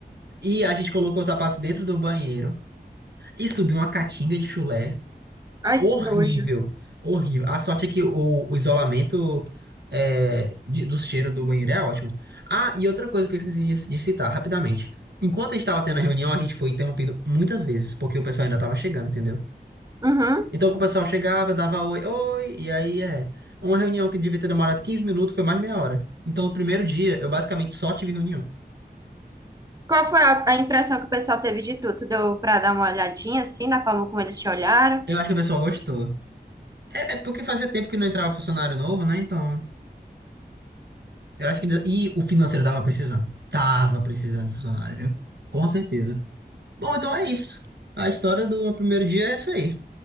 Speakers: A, on the right; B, on the right.
A: e a gente colocou os sapatos dentro do banheiro e subiu uma catinga de chulé.
B: Ai,
A: Horrível,
B: que nojo.
A: horrível. A sorte é que o, o isolamento é, de- do cheiro do banheiro é ótimo. Ah, e outra coisa que eu esqueci de, de citar rapidamente. Enquanto a gente estava tendo a reunião, a gente foi interrompido muitas vezes, porque o pessoal ainda estava chegando, entendeu?
B: Uhum.
A: Então que o pessoal chegava, eu dava oi, oi, e aí é. Uma reunião que devia ter demorado 15 minutos foi mais meia hora. Então no primeiro dia eu basicamente só tive reunião.
B: Qual foi a, a impressão que o pessoal teve de tu? Tu deu pra dar uma olhadinha, assim, na forma como eles te olharam?
A: Eu acho que o pessoal gostou. É, é porque fazia tempo que não entrava funcionário novo, né? Então, eu acho que. E o financeiro tava precisando. Tava precisando de funcionário, viu? Com certeza. Bom, então é isso. A história do meu primeiro dia é essa aí.